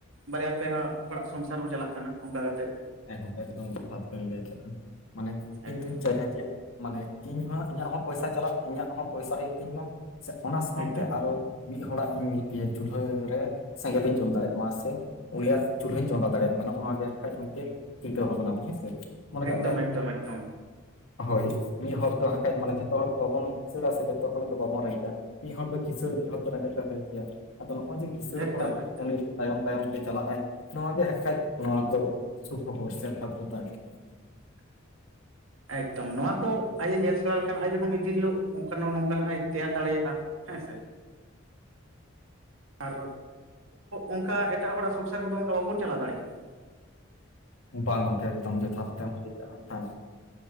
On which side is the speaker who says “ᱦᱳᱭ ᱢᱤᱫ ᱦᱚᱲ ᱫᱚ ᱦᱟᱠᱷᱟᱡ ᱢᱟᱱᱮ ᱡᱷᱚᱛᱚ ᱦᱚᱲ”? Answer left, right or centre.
Left